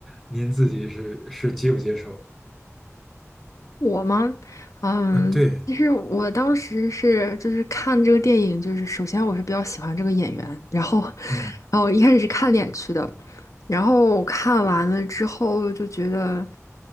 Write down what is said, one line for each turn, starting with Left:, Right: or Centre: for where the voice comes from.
Centre: 您自己是是接不接受？
Left: 我吗？嗯，
Centre: 啊，对，
Left: 其实我当时是就是看这个电影，就是首先我是比较喜欢这个演员，然后，
Centre: 嗯。
Left: 然后我一开始是看脸去的，然后看完了之后就觉得。